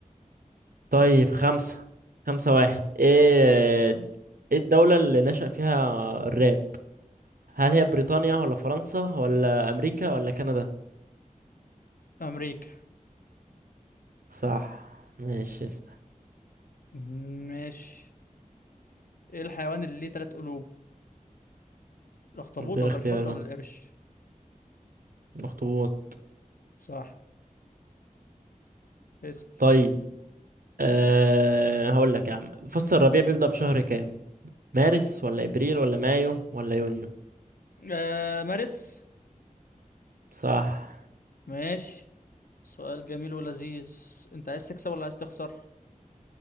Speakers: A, on the right (about 85°); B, on the left (about 85°).
A: طيب خمسة خمسة واحد ايه
B: ها
A: ايه الدولة اللي نشأ فيها الراب هل هي بريطانيا ولا فرنسا ولا أمريكا ولا كندا
B: أمريكا
A: صح ماشي اسأل
B: مم، ماشي ايه الحيوان اللي ليه تلات قلوب الاخطبوط
A: اديني
B: ولا
A: اختيار
B: الحوت ولا
A: اه
B: القرش
A: اخطبوط
B: صح اسأل
A: طيب أه هقول لك يا عم فصل الربيع بيبدأ في شهر كام مارس ولا ابريل ولا مايو ولا يونيو
B: آه مارس
A: صح
B: ماشي سؤال جميل ولذيذ انت عايز تكسب ولا عايز تخسر